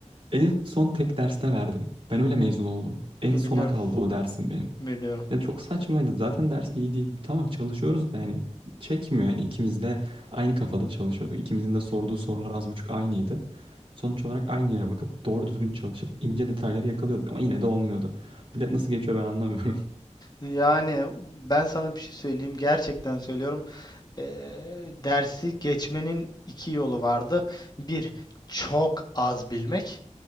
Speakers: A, on the right; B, on the left.
A: en son tek derste verdim. Ben öyle mezun oldum. En
B: Biliyorum,
A: sona kaldı o dersim benim.
B: biliyorum.
A: Yani çok saçmaydı zaten ders iyi değil tamam çalışıyoruz da yani çekmiyor yani ikimiz de aynı kafada çalışıyorduk. İkimizin de sorduğu sorular az buçuk aynıydı. Sonuç olarak aynı yere bakıp doğru düzgün çalışıp ince detayları yakalıyorduk ama yine de olmuyordu. Millet nasıl geçiyor ben anlamıyorum.
B: Yani ben sana bir şey söyleyeyim. Gerçekten söylüyorum. Ee, dersi geçmenin iki yolu vardı. Bir, çok az bilmek.